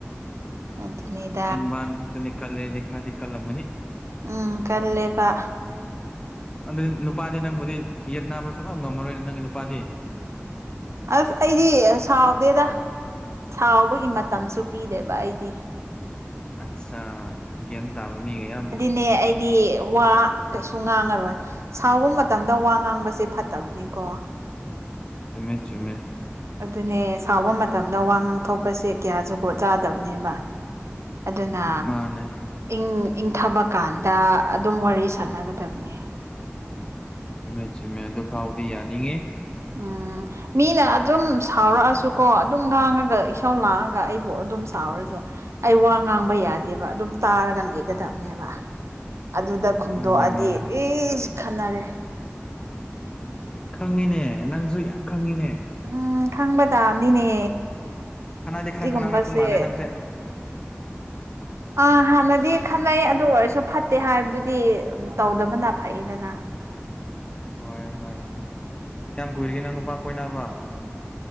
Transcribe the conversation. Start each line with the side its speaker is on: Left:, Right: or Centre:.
Right: ꯑꯗꯨꯅꯦ꫰ꯑꯗꯨ
Left: ꯆꯤꯟꯕꯥꯥꯟ ꯈꯛꯇꯅꯦ ꯀꯜꯂꯦ ꯍꯥꯏꯗꯤ ꯈ꯭ꯔꯗꯤ ꯀꯜꯂꯝꯑꯅꯤ
Right: ꯎꯝ ꯀꯜꯂꯦꯕ
Left: ꯑꯗꯨꯗꯤ ꯅꯨꯄꯥꯗꯤ ꯅꯪꯕꯨꯗꯤ ꯌꯦꯠꯅꯕ ꯁꯨꯡꯉꯝ ꯉꯝꯃꯔꯣꯏꯅꯦ ꯅꯪꯒꯤ ꯅꯨꯄꯥꯗꯤ
Right: ꯑꯁ ꯑꯩꯗꯤ ꯁꯥꯎꯗꯦꯗ ꯁꯥꯎꯕꯒꯤ ꯃꯇꯝꯁꯨ ꯄꯤꯗꯦꯕ ꯑꯩꯗꯤ
Left: ꯑꯠꯆꯥꯥ ꯒ꯭ꯌꯥꯟ ꯇꯥꯕ ꯃꯤꯒ ꯌꯥꯝ
Right: ꯅꯦ ꯑꯩꯗꯤ ꯋꯥ ꯀꯩꯁꯨ ꯉꯥꯡꯉꯔꯣꯏ ꯁꯥꯎꯕ ꯃꯇꯝꯗ ꯋꯥ ꯉꯥꯡꯕꯁꯦ ꯐꯠꯇꯕꯅꯤꯀꯣ
Left: ꯆꯨꯝꯃꯦ ꯆꯨꯝꯃꯦ
Right: ꯑꯗꯨꯅꯦ ꯁꯥꯎꯕ ꯃꯇꯝꯗ ꯋꯥ ꯉꯥꯡꯊꯣꯛꯄꯁꯦ ꯀꯌꯥ ꯖꯒꯣꯠ ꯆꯥꯗꯕꯅꯦꯕ ꯑꯗꯨꯅ
Left: ꯃꯥꯅꯦ
Right: ꯏꯪ ꯏꯪꯊꯕ ꯀꯥꯟꯗ ꯑꯗꯨꯝ ꯋꯥꯔꯤ ꯁꯥꯟꯅꯒꯗꯕꯅꯦ
Left: ꯆꯨꯝꯃꯦ ꯆꯨꯝꯃꯦ ꯑꯗꯨ ꯐꯥꯎꯗꯤ ꯌꯥꯅꯤꯡꯉꯦ
Right: ꯎꯝ ꯃꯤꯅ ꯑꯗꯨꯝ ꯁꯥꯎꯔꯛꯑꯁꯨꯀꯣ ꯑꯗꯨꯝ ꯉꯥꯡꯔꯒ ꯏꯁꯧ ꯂꯥꯡꯔꯒ ꯑꯩꯕꯨ ꯑꯗꯨꯝ ꯁꯥꯎꯔꯁꯨ ꯑꯩ ꯋꯥ ꯉꯥꯡꯕ ꯌꯥꯗꯦꯕ ꯑꯗꯨꯝ ꯇꯥꯔꯒ ꯂꯩꯒꯗꯕꯅꯦꯕ ꯑꯗꯨꯗ ꯈꯨꯝꯗꯣꯛꯑꯗꯤ
Left: ꯃꯥꯅꯦ ꯃꯥꯅꯦ
Right: ꯏꯁ ꯈꯠꯅꯔꯦ
Left: ꯈꯪꯉꯤꯅꯦ ꯅꯪꯁꯨ ꯌꯥꯝ ꯈꯪꯉꯤꯅꯦ
Right: ꯎꯝ ꯈꯪꯕ ꯇꯥꯕꯅꯤꯅꯦ
Left: ꯈꯠꯅꯗꯤ
Right: ꯁꯤꯒꯨꯝꯕꯁꯦ
Left: ꯈ꯭ꯔ ꯈꯠꯅꯔꯛꯄ ꯃꯜꯂꯦ ꯅꯪꯁꯦ
Right: ꯑꯥ ꯍꯥꯟꯅꯗꯤ ꯈꯠꯅꯩ ꯑꯗꯨ ꯑꯣꯏꯔꯁꯨ ꯐꯠꯇꯦ ꯍꯥꯏꯕꯗꯨꯗꯤ ꯇꯧꯗꯕꯅ ꯐꯩꯗꯅ
Left: ꯍꯣꯏ ꯍꯣꯏ ꯍꯣꯏ ꯀꯌꯥꯝ ꯀꯨꯏꯔꯒꯦ ꯅꯪ ꯅꯨꯄꯥ ꯀꯣꯏꯅꯕ